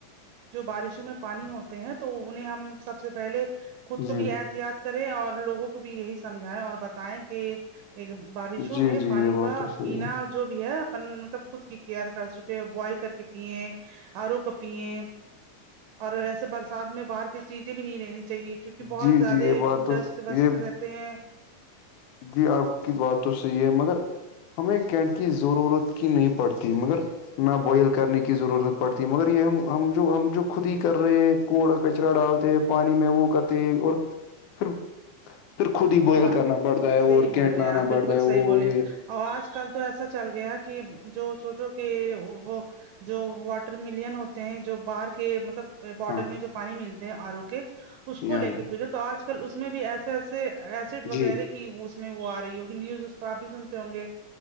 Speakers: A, on the right; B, on the left.
A: جو بارشوں میں پانی ہوتے ہیں تو انہیں ہم سب سے پہلے خود کو
B: جی
A: بھی احتیاط کرے اور لوگوں کو بھی یہی سمجھائے اور بتائیں کہ بارشوں
B: جی
A: میں
B: جی
A: پانی
B: یہ بات
A: کا
B: تو صحیح ہے
A: ہاں جو بھی ہے اپن مطلب خود کی کیئر کر چکے بوائل کر کے پیے ارو کو پیے اور ایسے برسات میں باہر کی چیزیں بھی نہیں لین چاہیے کیونکہ
B: جی
A: بہت زیادہ
B: جی یہ بات تو
A: ڈسٹ وسٹ
B: یہ
A: رہتے ہیں
B: جی اپ کی بات تو صحیح ہے مگر ہمیں کیٹ کی ضرورت کی نہیں پڑتی مگر نہ بوائل کرنے کی ضرورت پڑتی ہے مگر یہ ہم ہم جو ہم جو خود ہی کر رہے ہیں کوڑا کچرا ڈالتے پانی میں وہ کرتے اور پھر پھر خود ہی بوائل
A: یہ
B: کرنا پڑتا ہے
A: صحیح
B: اور
A: بول
B: کیٹ
A: رہے
B: لانا
A: ہیں آپ بالکل
B: پڑتا ہے
A: صحیح
B: وہ
A: بولے
B: یہ
A: اور اج کل تو ایسا چل گیا کہ جو سوچو کہ وہ جو واٹرملن ہوتے ہیں جو باہر کے مطلب بوٹل
B: ہاں
A: میں جو پانی ملتے ہیں ارو کے اس کو
B: یہ
A: لے کے پلو تو اج کل اس میں بھی ایسے ایسے ایسڈ وغیرہ
B: جی
A: کی اس میں وہ ا رہی ہوگی نیوزز تو آپ بھی سنتے ہوں گے